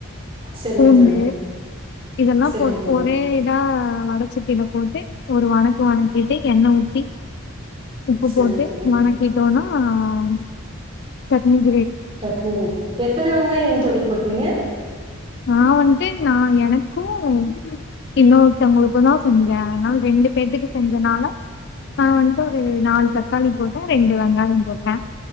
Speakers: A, on the right (about 25°); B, on the left (about 50°).
A: செரிங்
B: பூண்டு
A: தோழி
B: இதெல்லாம்
A: செரிங்
B: போட்டு
A: தோழி
B: ஒரே இதா வடசட்டியில போட்டு ஒரு வனக் வனக்கிட்டு என்ன ஊட்டி உப்பு
A: செரிங்
B: போட்டு
A: தோழி
B: மானக்கட்டோனா ஆஹ் <unintelligible>
A: சட்னி ரெடி எத்தனை வெங்காயம் தோழி போட்டீங்க
B: நா வந்துட்டு நா எனக்கும் இன்னொருத்தவங்களுக்கும்தா செஞ்சே அதனால ரெண்டு பேத்துக்கு செஞ்சதுனால நா வந்துட்டு ஒரு நாலு தக்காளி போட்டே ரெண்டு வெங்காயம் போட்டே